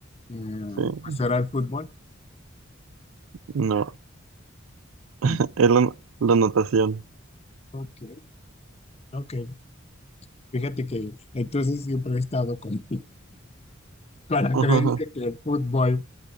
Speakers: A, on the left (about 30°); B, on the right (about 80°).
A: eh,
B: Sí,
A: pues era el fútbol.
B: no, <laughs>
A: Mm.
B: es la, la natación.
A: Ok, ok. Fíjate que entonces siempre he estado con, <laughs> con la
B: <laughs>
A: creencia que el fútbol,